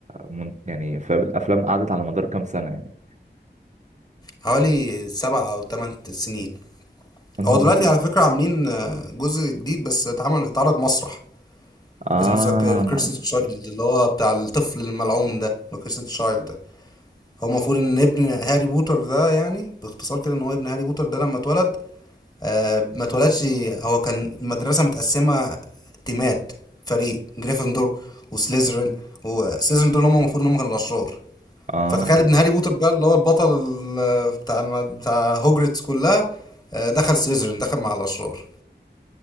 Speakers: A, on the right; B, on the left.
A: من... يعني فالافلام قعدت على مدار كام سنه يعني
B: حوالي سبع او ثمان سنين
A: يا نهار
B: هو دلوقتي
A: أبيض.
B: على فكره عاملين آه، جزء جديد بس اتعمل اتعرض مسرح
A: اه
B: اسمه ذا كيرسي تشايلد اللي هو بتاع الطفل الملعون ده ذا كيرسي تشايلد ده هو المفروض ان ابن هاري بوتر ده يعني باختصار كده ان هو ابن هاري بوتر ده لما اتولد آه ما اتولدش هو كان المدرسة متقسمة تيمات فريق جريفندور وسليزرين وسليزرين دول هم المفروض ان هم كانوا الأشرار
A: اه
B: فتخيل ابن هاري بوتر بقى اللي هو البطل ال- بتاع الم... بتاع هوجرتس كلها آه، دخل سليزرين دخل مع الأشرار